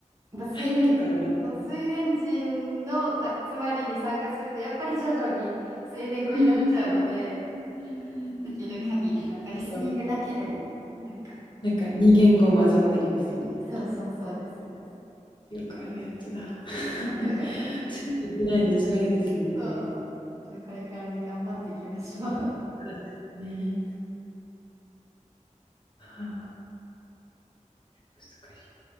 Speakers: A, on the right (about 25°); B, on the left (about 35°).
A: やっぱスウェーデン、
B: 入れるから学び
A: そう、スウェーデン人の集まりに参加すると、やっぱり徐々にスウェーデン語になっちゃうので、
B: うんうんうんうんうんうんとか、
A: できる限り、なんかリスニングだけでも、なんか、
B: なんか2言語混ざったりですよね。
A: そうそうそうです、そうです。
B: よくあるやつだ。<laughs>
A: <laughs>
B: ついていけないの辛いですもんね。
A: そう。ちょっとこれからね、頑張っていきましょう。
B: そうですね。はあ、難しい。